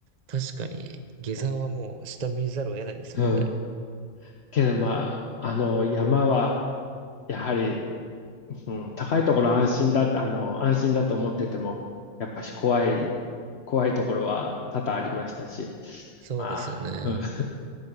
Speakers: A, on the right; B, on the left.
A: 確かに、下山はもう下見ざるを得ないですもんね。
B: そう。うん。けど、まあ、あの、山は、やはり、うん、高いところ安心だ、あの、安心だと思ってても、やっぱし怖い、怖いところは多々ありましたし、
A: そうですよね。
B: まあ、うん。